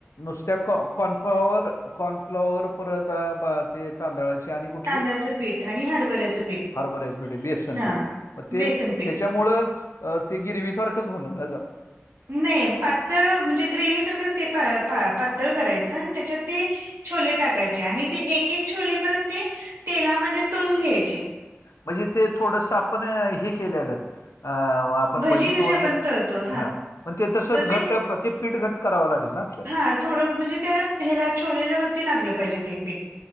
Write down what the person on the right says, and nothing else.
तांदळाचं पीठ आणि हरभऱ्याचं पीठ
हा
बेसन पीठ
नाही. पातळ म्हणजे ग्रेवही सारखंच ते पा प प पातळ करायचं आणि त्याच्यात ते- छोले टाकायचे आणि ते एक एक छोले परत ते तेलामध्ये तळून घ्यायचे.
भजी
कशी
आपण तळतो
तसे
अ थोडं म्हणजे ते ह्याला छोलेला वरती लागलं पाहिजे ते पीठ.